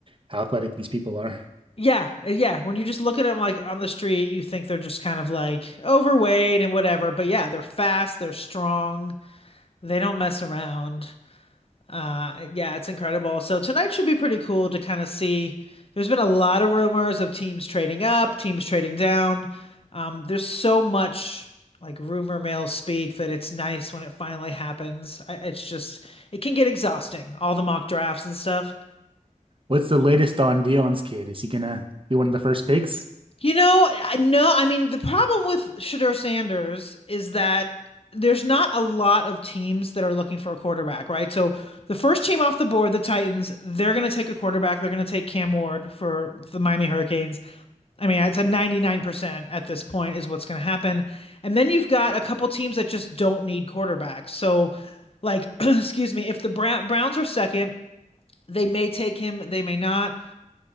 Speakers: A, on the right; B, on the left.
A: how athletic these people are.
B: Yeah, uh, yeah. When you just look at them like on the street, you think they're just kind of like overweight and whatever. But yeah, they're fast, they're strong, they don't mess around. Uh, yeah, it's incredible. So tonight should be pretty cool to kind of see. There's been a lot of rumors of teams trading up, teams trading down. Um, there's so much like rumor mill speak that it's nice when it finally happens. I, it's just it can get exhausting, all the mock drafts and stuff.
A: What's the latest on Dion's kid? Is he gonna be one of the first picks?
B: You know, I- no, I mean, the problem with Shadur Sanders is that there's not a lot of teams that are looking for a quarterback, right? So the first team off the board, the Titans, they're going to take a quarterback. They're going to take Cam Ward for the Miami Hurricanes. I mean, it's a 99% at this point is what's going to happen. And then you've got a couple teams that just don't need quarterbacks. So, like, <clears throat> excuse me, if the Brown Browns are second, they may take him, they may not